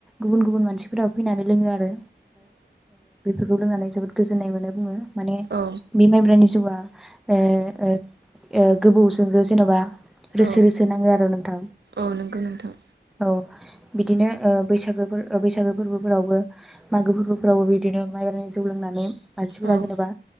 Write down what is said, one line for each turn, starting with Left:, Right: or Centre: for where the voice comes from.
Centre: गुबुन गुबुन मानसिफोरा फैनानै लोङो आरो बेखौ लोंनानै जोबोद गोजोन्नाय मोनो बुङो माने
Right: औ
Centre: बे माइब्रनि बा औ ओ ओ गोबौजोंजो जेन'बा रोसि
Right: औ
Centre: रोसे नांगौ आरो नोंथां
Right: औ नंगौ नोंथां
Centre: औ बिदिनो ओ बैसागो ओ बैसागो फोरबोफोरावबो मागो फोरबोफ्रावबो बिदिनो माइब्रा जौ लोंनानै मानसिफोरा
Right: औ
Centre: जेनेबा